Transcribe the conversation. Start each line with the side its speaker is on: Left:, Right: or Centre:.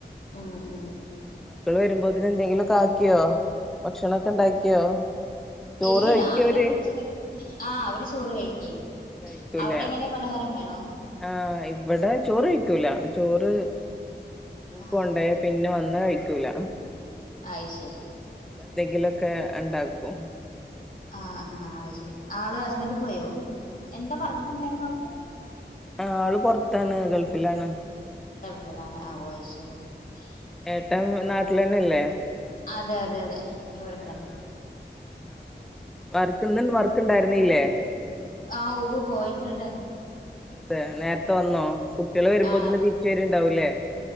Left: ഉം ഉം
Centre: മക്കള് വരുമ്പോതിന് എന്തെങ്കിലും കാ ഭക്ഷണൊക്കെ ഉണ്ടാക്കിയോ ചോറ്
Left: ഇല്ലില്ല
Centre: കഴിക്കോ
Left: രാവിലെ
Centre: അവര്
Left: വെച്ചതെ ആഹ് അവര് ചോറ് കഴിക്കേ
Centre: കഴിക്കൂല
Left: അവിടെ എങ്ങനെ പലഹാരം വേണോ
Centre: ആഹ് ഇവിടെ ചോറ് കഴിക്കൂല ചോറ് സ്കൂൾക്ക
Left: ആ
Centre: കൊണ്ട പിന്നെ വന്ന് കഴിക്കൂല
Left: അയി ശരി
Centre: അപ്പൊ എന്തെങ്കിലൊക്കെ ഉണ്ടാക്കോ
Left: ആഹ് ആഹ് അ ശരി ആള് ഹസ്ബന്റ് പോയോ എന്താ വർക്ക്‌ എന്തായിരുന്നു അവൾക്ക്
Centre: ആ അവള് പുറത്താണ് ഗൾഫിലാണ്
Left: <unintelligible>
Centre: ഏട്ടൻ നാട്ടിലന്നെല്ലേ
Left: അതെ അതെ അതെ ഇവിടെ
Centre: ആ
Left: തന്നെ
Centre: ആ ആ വർക്ക് ഇന്ന വർക്ക് ഇണ്ടായിരുന്നല്ലേ
Left: ആ ഊവ് പോയിട്ടുണ്ടന്ന
Centre: അതെ നേരത്തെ വന്നോ കുട്ടികള് വരുമ്പോത്തിന്
Left: ആഹ
Centre: തിരിച്ച് വരുണ്ടാവൂലേ